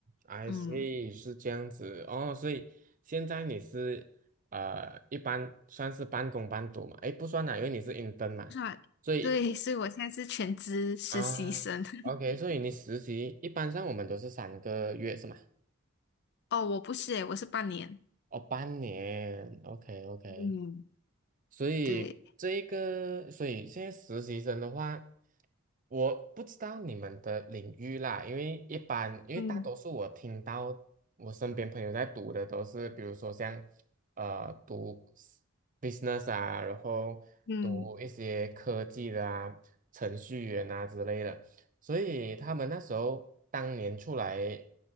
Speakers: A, on the right; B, on the left.
A: I
B: 嗯，
A: see，是这样子哦，所以现在你是呃，一般算是半工半读嘛？诶，不算啦，因为你是 intern 嘛，
B: 是吧 <laughs>？
A: 所以
B: 对，所以我现在是全职实习生。
A: 啊，OK，
B: <laughs>
A: 所以你实习一般上我们都是三个月是吗？
B: 哦，我不是诶，我是半年。
A: 哦，半年，OK OK，
B: 嗯，
A: 所以这一个，
B: 对，
A: 所以现在实习生的话，我不知道你们的领域啦，因为一般，因为大多数我听到我身边朋友在读的都是，
B: 嗯
A: 比如说像呃读 business 啊，然后读一些科技的啊、
B: 嗯
A: 程序员啊之类的，所以他们那时候当年出来